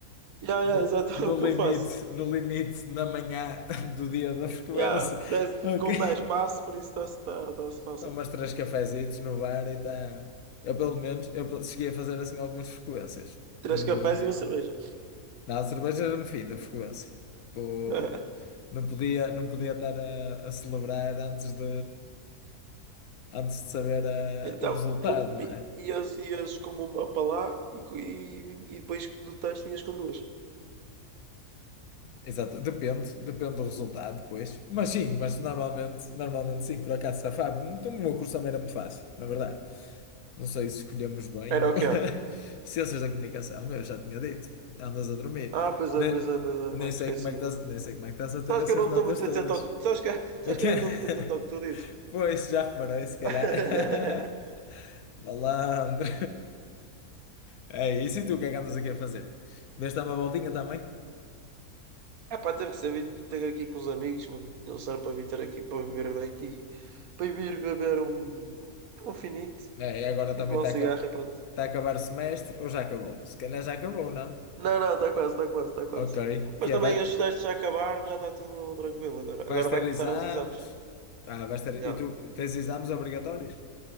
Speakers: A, on the right; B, on the left.
A: Yeah, yeah,
B: No,
A: exato, <laughs> é
B: no
A: o que
B: limite,
A: eu faço.
B: no limite, na manhã <laughs> do dia da frequência.
A: Yeah, dez-
B: Ok.
A: com dez passos por isso está-se tá, tá-se fácil.
B: Tomas três cafezitos no bar e está. Eu, pelo menos, eu pe- cheguei a fazer assim algumas frequências.
A: Três
B: Não
A: cafés
B: vou mentir.
A: e uma cerveja.
B: Não, a cerveja era no fim da frequência. Tipo,
A: <laughs>
B: não podia, não podia estar a, a celebrar antes de, antes de saber ah,
A: Então,
B: o resultado,
A: com-
B: não
A: bi-
B: é?
A: ias, ias com uma para lá e, co- e, e depois do texto ias com duas.
B: Exato, depende, depende do resultado depois. Mas sim, mas normalmente, normalmente sim, por acaso safava. Então, o meu curso também era muito fácil, na verdade. Não sei se escolhemos bem.
A: Era
B: ou-
A: o
B: <laughs>
A: quê?
B: Ciências da comunicação, eu já tinha dito. Andas a dormir.
A: Ah, pois
B: Ne-
A: é, pois é, pois é,
B: Nem,
A: mano,
B: sei
A: esqueci-me.
B: como é que estás, nem sei como é que estás a ter
A: Sabes
B: essas
A: que eu não
B: notas
A: estou muito
B: todas.
A: atento ao que... Sabes que, sabes
B: Ok.
A: que eu não
B: <laughs>
A: estou muito atento ao que tu dizes?
B: Pois, já reparei, se calhar.
A: <laughs>
B: <laughs> Malandro. É isso, e tu, o que é que andas aqui a fazer? Deste dar uma voltinha também?
A: É pá, teve que ser vindo ter aqui com os amigos, mano. Eles eram para vir ter aqui, para vir bem aqui, para vir beber um, um finito
B: É, e agora também
A: e fumar
B: está
A: um cigarro
B: a, ca-
A: e pronto.
B: tá a acabar o semestre, ou já acabou? Se calhar já acabou, não?
A: Não, não, está quase, está quase, está quase.
B: Ok,
A: Mas
B: que
A: também
B: é, vai,
A: os testes já acabaram, já está tudo tranquilo agora.
B: vais
A: Agora
B: ter
A: vai começar
B: exames?
A: os exames.
B: Ah, vais ter,
A: Já.
B: e tu tens exames obrigatórios?